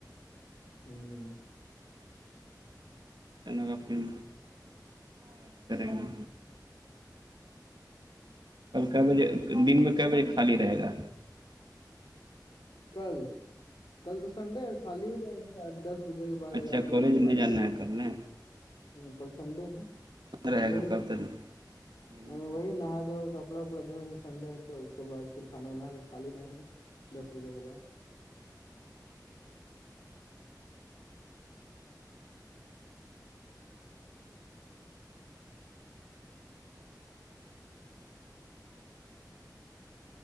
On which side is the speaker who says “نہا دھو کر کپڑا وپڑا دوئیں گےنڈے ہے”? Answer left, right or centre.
Left